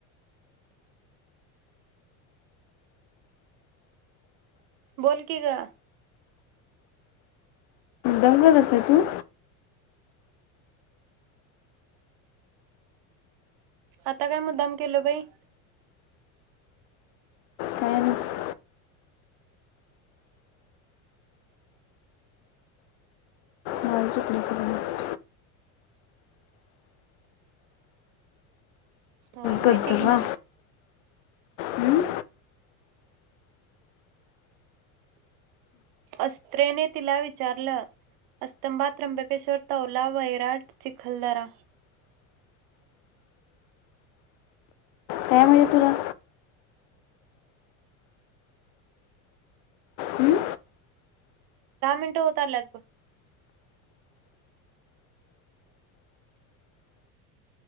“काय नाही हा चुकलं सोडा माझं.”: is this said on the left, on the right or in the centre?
Left